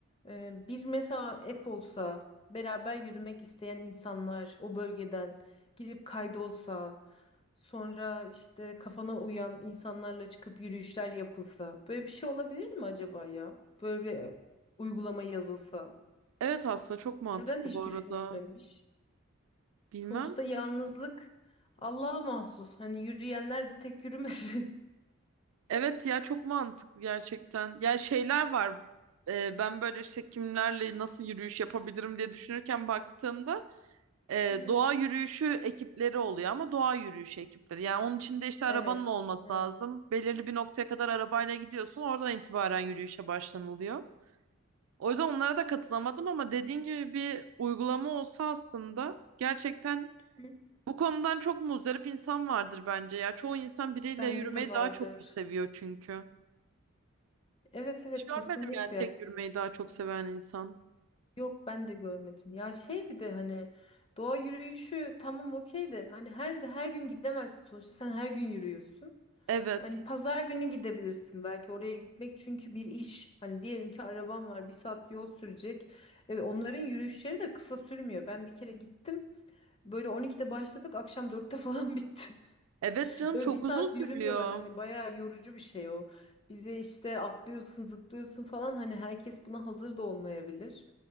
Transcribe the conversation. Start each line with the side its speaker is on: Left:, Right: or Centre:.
Left: e, bir mesela app olsa beraber yürümek isteyen insanlar o bölgeden girip kaydolsa sonra işte kafana uyan insanlarla çıkıp yürüyüşler yapılsa böyle bir şey olabilir mi acaba ya? Böyle bir uygulama yazılsa.
Right: Evet aslında çok mantıklı
Left: Neden hiç
Right: bu arada.
Left: düşünülmemiş?
Right: Bilmem.
Left: Sonuçta yalnızlık Allah'a mahsus. Hani yürüyenler de tek yürümesin.
Right: Evet ya çok mantıklı gerçekten. Ya şeyler var. Ee, ben böyle işte kimlerle nasıl yürüyüş yapabilirim diye düşünürken baktığımda e,
Left: <laughs> Hı hı.
Right: doğa yürüyüşü ekipleri oluyor ama doğa yürüyüşü ekipleri. Yani onun için de işte arabanın
Left: Evet,
Right: olması
Left: evet.
Right: lazım. Belirli bir noktaya kadar arabayla gidiyorsun. Oradan itibaren yürüyüşe başlanılıyor. O yüzden onlara da katılamadım ama dediğin gibi bir uygulama olsa aslında gerçekten
Left: Hı.
Right: bu konudan çok muzdarip insan vardır bence ya. Çoğu insan biriyle
Left: Bence
Right: yürümeyi
Left: de vardır.
Right: daha çok seviyor çünkü.
Left: Evet, evet
Right: Hiç görmedim
Left: kesinlikle.
Right: yani tek yürümeyi daha çok seven insan.
Left: Yok ben de görmedim. Ya şey bir de hani doğa yürüyüşü tamam okey de hani her her gün gidemezsin sonuçta sen her gün yürüyorsun.
Right: Evet.
Left: Hani pazar günü gidebilirsin belki oraya gitmek çünkü bir iş. Hani diyelim ki arabam var bir saat yol sürecek. Evet, onların yürüyüşleri de kısa sürmüyor. Ben bir kere gittim. Böyle 12'de başladık akşam 4'te falan <laughs> bitti.
Right: Evet canım
Left: Öyle
Right: çok
Left: bir saat
Right: uzun sürüyor.
Left: yürümüyorlar hani bayağı yorucu bir şey o. Bir de işte atlıyorsun zıplıyorsun falan hani herkes buna hazır da olmayabilir.